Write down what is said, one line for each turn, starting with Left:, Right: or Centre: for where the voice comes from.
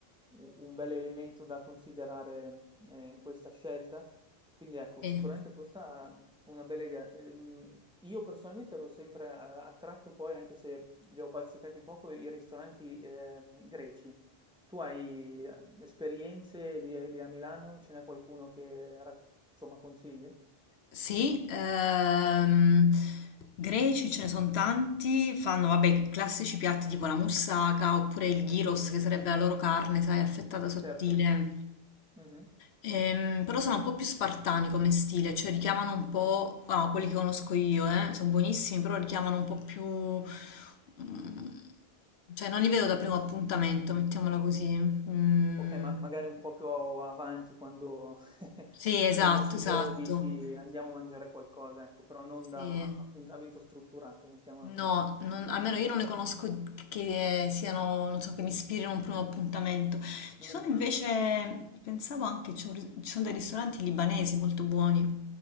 Centre: u un bell'elemento da considerare, ehm, in questa scelta. Quindi ecco,
Left: sì.
Centre: sicuramente questa è una bella idea. Ehm, io personalmente ero sempre a attratto poi, anche se li ho bazzicati poco, i ristoranti, ehm, greci. Tu hai eh, esperienze lì, lì a Milano? Ce n'è qualcuno che ra- insomma consigli?
Left: Sì, ehm, greci ce ne sono tanti, fanno vabbè i classici piatti tipo la moussaka oppure il gyros
Centre: Mhm,
Left: che sarebbe la loro carne, sai, affettata sottile.
Centre: Certo. Mhm.
Left: Ehm, però sono un po' più spartani come stile, cioè richiamano un po', ah, quelli che conosco io, eh, sono buonissimi, però richiamano un po' più, mm, cioè non li vedo da primo appuntamento, mettiamola così. Mm,
Centre: Ok, ma magari un po' più avanti quando <laughs>
Left: sì, esatto,
Centre: sei in giro
Left: esatto.
Centre: e dici andiamo a mangiare qualcosa, ecco, però non
Left: Sì.
Centre: da appuntamento strutturato, mettiamola
Left: No,
Centre: così.
Left: non- almeno io non le conosco che siano, non so, che mi ispirino a un primo appuntamento. Ci
Centre: Mhm.
Left: sono invece, pensavo anche, c'è un ri- ci sono dei ristoranti libanesi molto buoni.